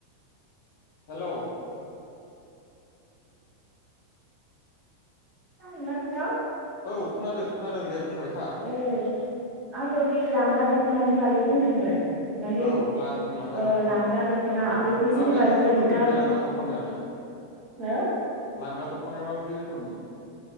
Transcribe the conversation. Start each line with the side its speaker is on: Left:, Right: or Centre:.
Left: हेल'
Right: खोनादोंना नोंथां?
Left: औ खोनादों खोनादों दे बुंबाय था
Right: ओ आङो दा लांगा दख'नानि बागै बुंदोंमोन माने
Left: औ लां-लांगा
Right: ओ
Left: दख'ना
Right: लांगा
Left: औ।
Right: दख'ना बेखौ जेनेबा
Left: माबायदि रोखोमनि
Right: जों गानो
Left: बे लांगा दख'नायालाय?
Right: हो
Left: लांगा दख'नाया माबाय दि रोखोमनि?